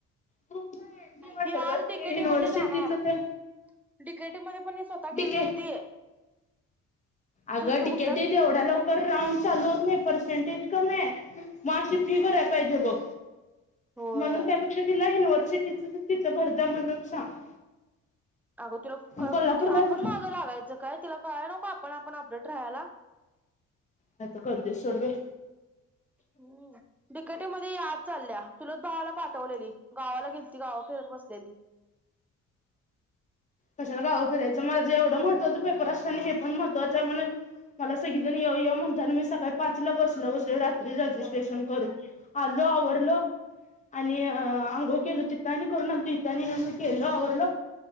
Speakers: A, on the left (about 25°); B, in the centre.
A: ग्रुप निवडतो
B: मी आज
A: ग
B: डीकेटीई
A: युनिव्हर्सिटीच
B: मध्ये जाणार
A: ते
B: डीकेटीई मध्ये पण ही स्वतः
A: डीके
B: गेली नव्हती.
A: अगं
B: तू
A: डिकेटीत
B: कुठला
A: एवढ्या लवकर राऊंड चालू होत नाही. परसेंटेज कमी आहे. मग अशी फी भरायला पाहिजे बघ.
B: होय
A: म्हणून त्यापेक्षा दिला आहे न सिटीच तिथं भरदा म्हणून सांग.
B: अगं तुला
A: कोल्हापूरलाच
B: कि आपण मागं लागायचं काय तिला कळय नक आपण आप अपडेट राहाला.
A: काय तरी करुदे सोड बाई.
B: हम्म डीकेटीई मध्ये ही आज चालल्या. तुलत भावाला पाठवलेली गावाला गेल त गाव फिरत बसलेली.
A: कशाला गाव फिरायचं माझ एवढं महत्त्वाच पेपर असतना हे पण महत्वाचं आहे म्हणून मला सगळीजण ये ये म्हणताना मी सकाळी पाच ला बस ला बसलोय रात्री रजिस्ट्रेशन करून आलो आवरलो आणि अंघोळ केलो तिथं आणि करून आणतो इिथं आणि येऊन केलो आवरल.